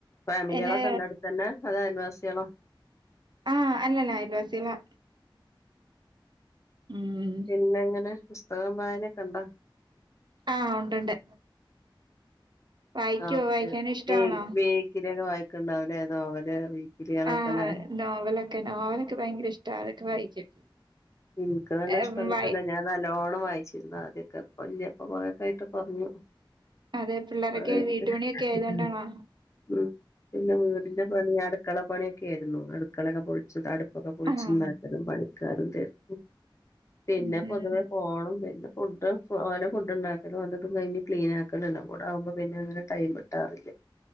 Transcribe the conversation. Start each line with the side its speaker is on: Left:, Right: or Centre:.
Left: ഫാമിലികളൊക്കെ
Right: എന്നെ
Left: ഉണ്ടോ അടുത്ത് തന്നെ അതോ അയൽവാസി <inaudible>
Right: ആഹ് അല്ലല്ല അയൽവാസികളാ ഉം
Left: പിന്നെങ്ങനെ പുസ്തകം വായനൊക്കെ ഒണ്ടാ
Right: ആഹ് ഉണ്ടുണ്ട് വായിക്കുവോ
Left: ആ അതെ
Right: വായിക്കാനും ഇഷ്ടമാണോ
Left: വീക്കിലി ഒക്കെ വായിക്കും ഉണ്ടാവില്ല ഏതോ അവനെ അറി ഇതേ കണക്കല്ലെ
Right: ആഹ് നോവലൊക്കെ നോവലൊക്കെ ഭയങ്കര ഇഷ്ടാ അതൊക്കെ വായിക്കും
Left: എനിക്ക് നല്ല
Right: ഏ,
Left: ഇഷ്ടം ഉള്ളപ്പോ
Right: വായി
Left: എല്ലാം ഞാൻ നല്ലോണ്ണം വായിച്ചു ആദ്യക്കെ <inaudible> കൊറൊക്കെ ആയിട്ട് കു റഞ്ഞു
Right: അതെ പിള്ളേരൊക്കെ
Left: <unintelligible>
Right: വീട്ടുപണിയൊക്കെ ആയതുകൊണ്ടാണോ
Left: ഉം പിന്നെ വീടിന്റെ പണി അടുക്കള പണി ഒക്കെയായിരുന്നു അടുക്കളൊക്കെ പൊളിച്ചത് അടു പ്പൊക്കെ പൊളിച്ചുണ്ടാക്കലും
Right: ആഹ്
Left: പണിക്കാരും <unintelligible> പിന്നെ
Right: ഉം
Left: പൊതുവെ പോണം പിന്നെ ഫുഡ് ഓരോ ഫുഡ് ഉണ്ടാകലും അതൊക്ക കഴിഞ്ഞ് ക്ലീൻ ആക്കലും കൂടെ ആകുമ്പോ പിന്നെ ഒന്നിനും ടൈം കിട്ടാറില്ല